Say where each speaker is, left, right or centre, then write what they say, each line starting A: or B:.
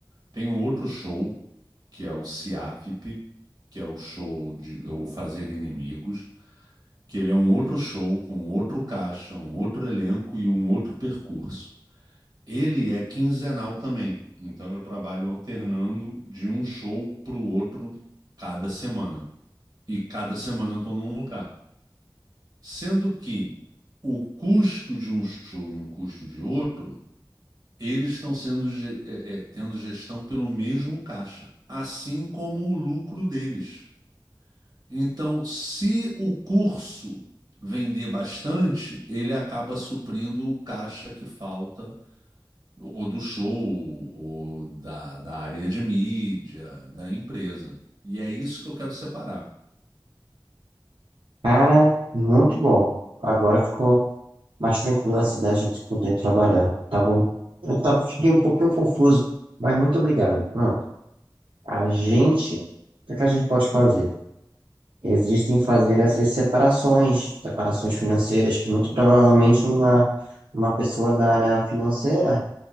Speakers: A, on the right; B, on the right.
A: Tem um outro show que é o CIAFP, que é o show de ou Fazer Inimigos, que ele é um outro show com outro caixa, um outro elenco e um outro percurso. Ele é quinzenal também, então eu trabalho alternando de um show para o outro cada semana. E cada semana eu estou num lugar. Sendo que o custo de um show e um custo de outro, eles estão sendo é, é, tendo gestão pelo mesmo caixa, assim como o lucro deles. Então, se o curso vender bastante, ele acaba suprindo o caixa que falta, ou do show, ou da, da área de mídia, da empresa. E é isso que eu quero separar.
B: Cara, muito bom. Agora ficou mais tranquilo assim da gente poder trabalhar. Tava, eu tava, fiquei um pouquinho confuso, mas muito obrigado. Pronto. A gente, o que é que a gente pode fazer? existem fazer essas separações, separações financeiras que muito provavelmente uma, uma pessoa da área financeira,